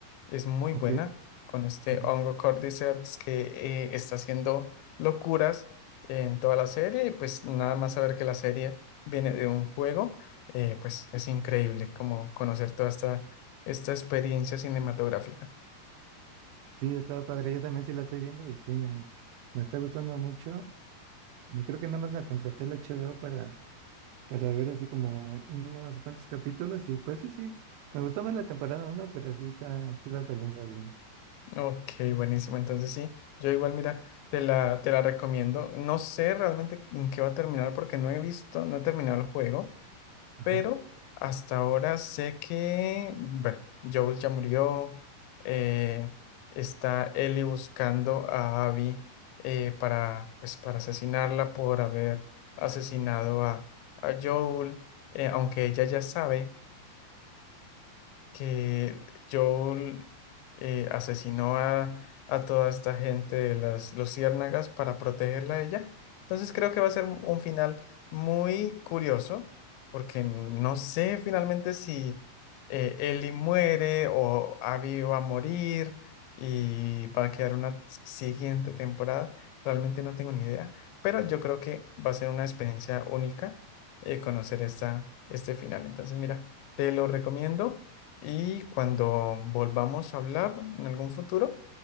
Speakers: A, on the left; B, on the right.
A: Es muy
B: Ok.
A: buena con este
B: ujú.
A: hongo Cordyceps que eh, está haciendo locuras en toda la serie y pues nada más saber que la serie viene de un juego, eh, pues es increíble como conocer toda esta, esta experiencia cinematográfica.
B: Sí, está padre. Yo también sí la estoy viendo y sí me, me está gustando mucho. Y creo que nada más la contraté la HBO para, para ver así como unos cuantos capítulos y pues sí, sí. Me gustó más la temporada uno pero sí está, sí va saliendo bien.
A: Ok, buenísimo. Entonces sí, yo igual, mira, te la, te la recomiendo. No sé realmente en qué va a terminar porque no he visto, no he terminado el juego,
B: Ajá.
A: pero hasta ahora sé que, bueno, Joel ya murió, eh, está Ellie buscando a Abby eh, para, pues, para asesinarla por haber asesinado a, a Joel, eh, aunque ella ya sabe que Joel eh, asesinó a, a toda esta gente de las luciérnagas para protegerla a ella. Entonces creo que va a ser un un final muy curioso, porque no sé finalmente si eh, Ellie muere o Abby va a morir y va a quedar una siguiente temporada. Realmente no tengo ni idea, pero yo creo que va a ser una experiencia única eh, conocer esta, este final. Entonces, mira, te lo recomiendo. Y cuando volvamos a hablar en algún futuro,